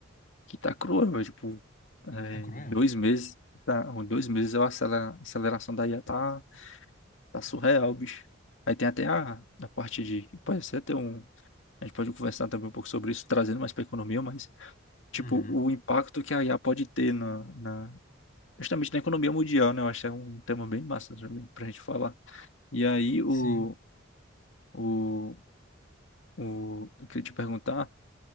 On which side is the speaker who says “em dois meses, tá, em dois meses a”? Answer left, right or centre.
Left